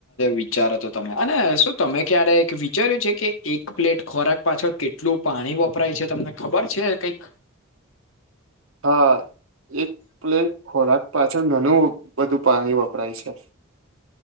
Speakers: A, on the left; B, on the right.
A: વિચારો હતા તમે અને શું તમે ક્યારે વિચાર્યું છે કે એક પ્લેટ ખોરાક પાછળ કેટલું પાણી વપરાય છે તમને ખબર છે કઈક?
B: હા એક પ્લેટ ખોરાક પાછળ ઘણું બધું પાણી વપરાય છે.